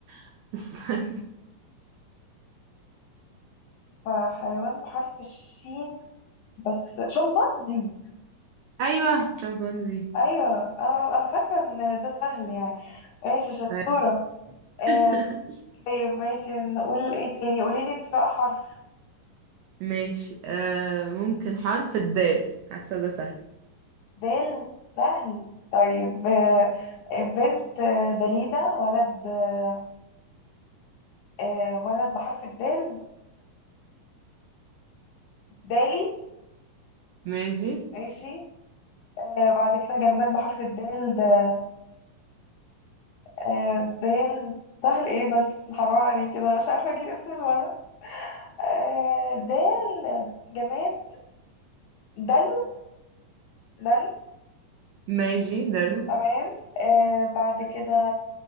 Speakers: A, on the right (about 85°); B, on the left (about 80°).
A: <laughs> استنى
B: حرف- حيوان بحرف الشين بس شمبانزي
A: ايوه شمبانزي
B: ايوه انا انا فاكره ان ده سهل يعني ماشي شطوره
A: طيب.
B: آه
A: <laughs>
B: طيب ماشي نقول ايه تاني قولي لي انت بقى حرف
A: ماشي آه ممكن حرف الدال حاسه ده سهل
B: دال سهل طيب آه بنت آه، دليدة ولد آه آه، ولد بحرف الدال دالي
A: ماشي
B: ماشي آه بعد كده جماد بحرف الدال ده آه دال سهل ايه بس حرام عليه كده مش عارفة اجيب اسم الولد آه دال جماد دلو دل
A: ماشي دلو
B: تمام آه بعد كده